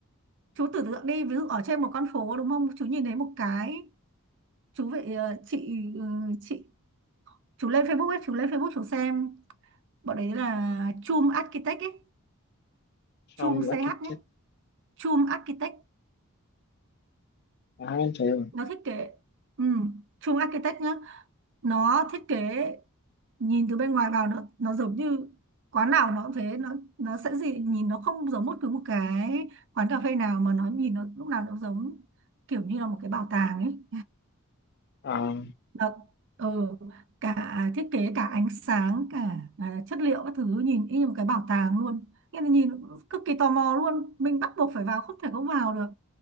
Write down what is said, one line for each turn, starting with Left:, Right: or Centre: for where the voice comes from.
Right: chú tưởng tượng đi ví dụ ở trên một con phố đúng không chú nhìn thấy một cái chú vậy ờ, chị ừ, chị chú lên Facebook ấy chú lên Facebook chú xem bọn đấy là Chum Architect ấy
Left: xong
Right: Chum CH
Left: architect
Right: nhé Chum Architect
Left: à, em thấy rồi
Right: nó thiết kế ừ, Chum Architect nhá nó thiết kế nhìn từ bên ngoài vào nó nó giống như quán nào nó cũng thế nó nó sẽ gì nhìn nó không giống bất cứ một cái quán cà phê nào mà nó nhìn nó lúc nào nó giống kiểu như là một cái bảo tàng ấy
Left: à,
Right: nó ừ, cả thiết kế cả ánh sáng cả à, chất liệu các thứ nhìn y như một cái bảo tàng luôn nghĩa là nhìn cực kỳ tò mò luôn mình bắt buộc phải vào không thể không vào được